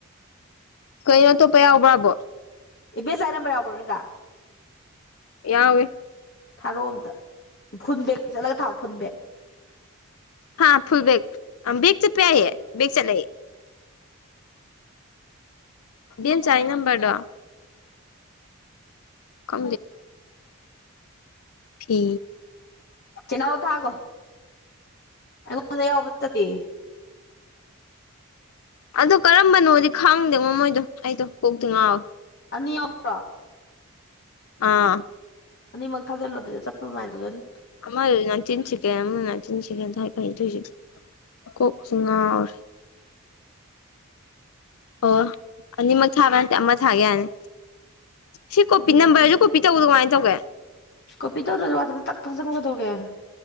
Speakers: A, on the left; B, on the left.
A: ꯀꯩꯅꯣ ꯑꯇꯣꯞꯄ ꯌꯥꯎꯕ꯭ꯔꯕꯣ
B: ꯏꯕ ꯌꯥ ꯆꯥꯏ ꯅꯝꯕꯔꯎꯔꯣ ꯅꯠꯇꯗꯥ
A: ꯌꯥꯋꯦ
B: ꯊꯥꯔꯣ ꯑꯝꯇ ꯐꯨꯟꯕꯦꯒ ꯆꯠꯂꯒ ꯊꯥꯎ ꯐꯨꯟꯕꯦꯛ
A: ꯍꯥ ꯐꯨꯜ ꯕꯦꯛ ꯕꯦꯛ ꯆꯠꯄ ꯌꯥꯏꯌꯦꯦ ꯦꯛ ꯆꯠꯂ ꯕꯤꯦꯟꯆꯥꯔꯤ ꯅꯝꯕꯔꯗꯣ ꯀ ꯐꯤ
B: ꯆꯅꯥꯎ ꯊꯥꯈꯣ ꯑꯩꯉꯣꯟꯗ ꯌꯥꯎꯕ ꯆꯠꯇꯦ
A: ꯑꯗꯣ ꯀꯔꯝꯕꯅꯣꯗꯤ ꯈꯥꯡꯗꯦ ꯃꯣ ꯃꯣꯏꯗꯣ ꯑꯩꯗꯣ ꯀꯣꯛꯇꯤ ꯉꯥꯎꯋꯦ
B: ꯑꯅꯤ ꯌꯥ꯭ꯔꯣ
A: ꯑ
B: ꯑꯅꯤꯃꯛ ꯊꯥꯖꯤꯜꯂꯣ ꯑꯗꯨꯗꯤ ꯆꯠꯄ ꯃꯥꯏꯗꯨꯗꯅ
A: ꯑꯃꯥꯏ ꯅꯅꯥꯆꯤꯟꯁꯤꯦ ꯑ ꯅꯆꯤꯟꯁꯤꯦ ꯊꯥꯏ ꯀ ꯊꯣꯏꯁꯤ ꯀꯁꯨ ꯉꯔ ꯑꯣ ꯑꯅꯤꯃꯛ ꯊꯥꯕ꯭ꯔ ꯅꯠꯇꯦ ꯑꯃ ꯊꯥꯒꯦ ꯌꯥꯅꯤ ꯁꯤ ꯀꯣꯄꯤ
B: ꯎꯝ
A: ꯅꯝꯕꯔꯁꯨ ꯀꯣꯄꯤ ꯇꯧꯕꯗꯣ ꯀꯃꯥꯏꯅ ꯇꯧꯒꯦ
B: ꯀꯣꯄꯤ ꯇꯧꯗ꯭ꯔꯁꯨ ꯋꯥꯠꯗ ꯇꯛ ꯊꯥꯖꯟꯉꯨꯒꯗꯧꯒꯦ